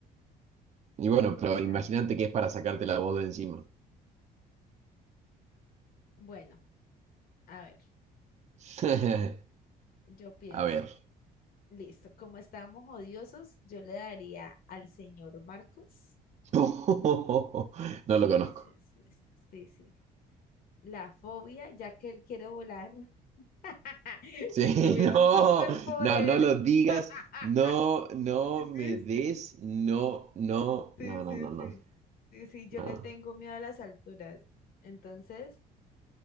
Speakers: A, on the right; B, on the left.
A: Y bueno, pero
B: O sea,
A: imagínate que es para sacarte la voz de encima.
B: bueno, a ver,
A: <laughs>
B: yo pienso,
A: A ver.
B: listo, como estamos odiosos, yo le daría al señor Marcos.
A: <laughs> No lo
B: Sí,
A: conozco.
B: sí, sí, sí, sí. sí. la fobia, ya que él quiere volar <laughs> y
A: Sí, <laughs>
B: tuviera
A: no,
B: un superpoder.
A: no, no lo digas,
B: <laughs>
A: no, no
B: Sí,
A: me
B: sí,
A: des,
B: sí,
A: no, no,
B: sí,
A: no, no,
B: sí,
A: no, no,
B: sí, sí, sí, yo
A: no.
B: le tengo miedo a las alturas. Entonces,